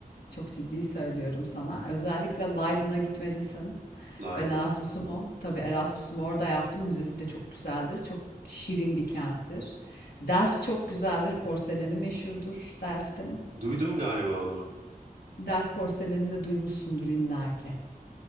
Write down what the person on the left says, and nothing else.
Çok ciddi söylüyorum sana. Özellikle Leiden'a gitmelisin.
Ben Erasmus'umu, tabii Erasmus'umu orada yaptım. Müzesi de çok güzeldir. Çok şirin bir kenttir. Delft çok güzeldir. Porseleni meşhurdur Delft'in.
Delft porselenini duymuşsundur illaki.